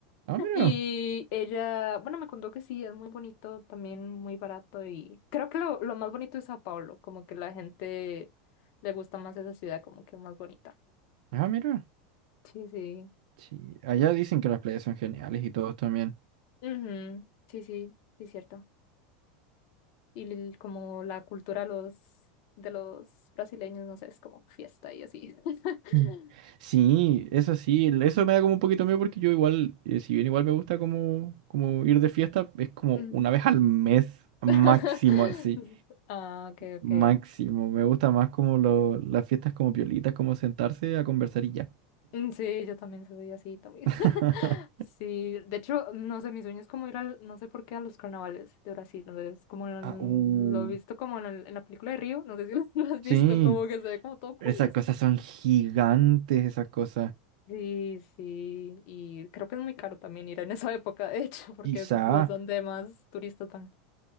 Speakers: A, on the right; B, on the left.
A: Ah, mira.
B: Y ella, bueno, me contó que sí, es muy bonito, también muy barato y creo que lo, lo más bonito es Sao Paulo, como que la gente le gusta más esa ciudad, como que más bonita.
A: Ah, mira.
B: Sí, sí.
A: Sí, allá dicen que las playas son geniales y todos también.
B: Ujú, Sí, sí, sí, cierto. Y el- como la cultura de los, de los brasileños, no sé, es como fiesta y así. <laughs>
A: Mm. Sí, eso sí, el- eso me da como un poquito miedo porque yo igual, eh, si bien igual me gusta como, como ir de fiesta, es como
B: Ujú.
A: una vez al mes máximo,
B: <laughs>
A: así,
B: Ah, ok, ok.
A: máximo. Me gusta más como lo- las fiestas como piolitas, como sentarse a conversar y ya.
B: Mm, Sí, yo también soy así, también.
A: <laughs>
B: Sí, de hecho, no sé, mi sueño es como ir al, no sé por qué, a los carnavales de Brasil, donde es como lo,
A: Ah,
B: lo
A: uh,
B: he visto como en, el- en la película de Río, no sé si lo <laughs> lo has
A: Sí,
B: visto, como que se ve como todo cool
A: esas
B: eso.
A: cosas son gigantes, esas cosas.
B: Sí, sí, y creo que es muy caro también ir en esa época, de hecho, porque
A: Quizá,
B: es donde más turistas van.